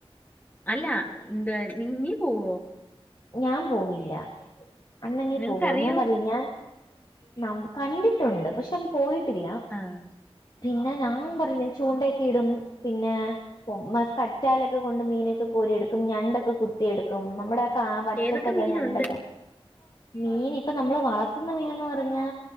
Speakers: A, on the left (about 15°); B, on the left (about 45°).
A: അല്ല എന്ത് നി നീ പോവോ?
B: ഞാൻ പോകില്ല അണ്ണനേ
A: നിനക്കറിയോ
B: പോകളൂ ഞാൻ പറില്ല ഞാൻ നം കണ്ടിട്ടുണ്ട് പക്ഷെ പോയിട്ടില്ല
A: ആഹ്
B: പിന്നെ ഞാൻ പറഞ്ഞ ചൂണ്ടൊക്കെ ഇടും പിന്നെ ക സ്റ്റാലൊക്കെ കൊണ്ട് മീനൊക്കെ കോരിയെടുക്കും ഞണ്ടൊക്കെ കുത്തിയെടുക്കും നമ്മുടെ ആഹ് പറ്റത്തക്കെ
A: ഏതൊക്കെ മീനുണ്ട്
B: ഞണ്ടൊക്കെ മീൻ ഇപ്പൊ നമ്മള് വളർത്തുന്ന മീനന്ന് പറഞ്ഞാ